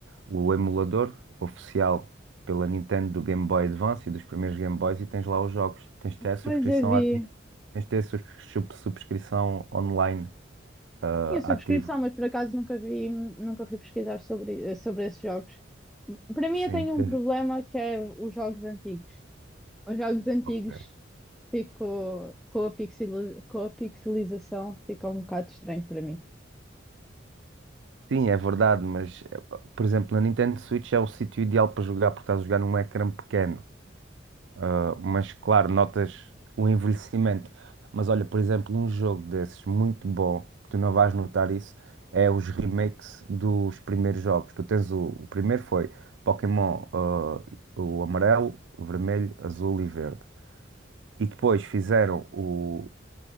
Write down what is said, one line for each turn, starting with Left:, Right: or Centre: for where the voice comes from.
Right: o emulador oficial pela Nintendo do Game Boy Advance e dos primeiros Game Boys e tens lá os jogos. Tens de ter a subscrição
Centre: Pois eu vi.
Right: ativa, tens de ter a subs- sub- subscrição online ah,
Centre: eu Tinha subscrição,
Right: ativa.
Centre: mas por acaso nunca vi, nunca fui pesquisar sobre, sobre esses jogos. Para mim, eu
Right: Sim,
Centre: tenho
Right: tens.
Centre: um problema que é os jogos antigos. Os jogos antigos
Right: Ok.
Centre: fico com a pixel, com a pixelização, fica um bocado estranho para mim.
Right: Sim, é verdade, mas eh, por exemplo, na Nintendo Switch é o sítio ideal para jogar porque estás a jogar num ecrã pequeno. Ah, mas claro, notas o envelhecimento. Mas olha, por exemplo, um jogo desses muito bom, que tu não vais notar isso, é os remakes dos primeiros jogos. Tu tens o, o primeiro foi Pokémon, ah, o amarelo, o vermelho, azul e verde. E depois fizeram o,